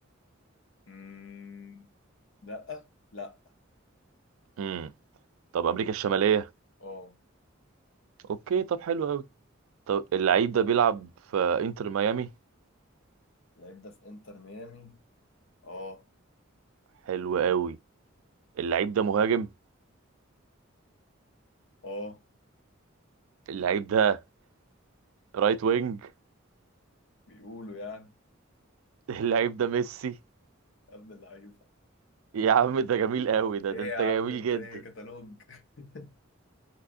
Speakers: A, on the left; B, on the right.
A: مم، لا لا
B: امم طب امريكا الشمالية
A: اه
B: اوكي طب حلو قوي طب اللعيب ده بيلعب في انتر ميامي
A: اللعيب ده في انتر ميامي اه
B: حلو قوي اللعيب ده مهاجم
A: اه
B: اللعيب ده رايت وينج
A: بيقولوا يعني
B: <laughs> اللعيب ده ميسي
A: قبل اللعيبة
B: يا عم ده جميل قوي ده
A: ايه
B: ده انت
A: يا عم
B: جميل
A: انت
B: جدا
A: ايه كتالوج <laughs>